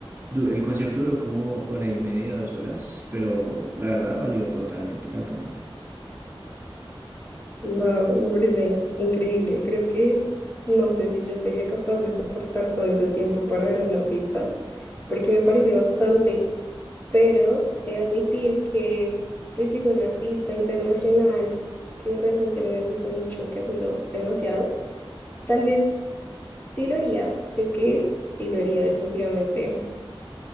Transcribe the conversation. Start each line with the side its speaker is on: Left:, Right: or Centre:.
Right: du- El concierto duró como hora y media, dos horas, pero la verdad valió totalmente la pena.
Left: Wow, me parece increíble. Creo que no sé si yo sería capaz de soportar todo ese tiempo para ver a un artista, porque me parece bastante, pero he de admitir que, pues, si es un artista internacional que realmente a mí me gusta mucho, que admiro demasiado, tal vez sí lo haría. Creo que sí lo haría, definitivamente.